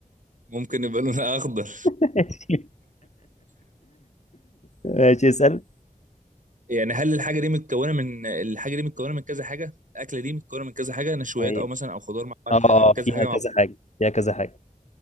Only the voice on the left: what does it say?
<laughs> ماشي ماشي، اسأل
أي-
اه آه،
فيها
كذا
حاجة فيها كذا حاجة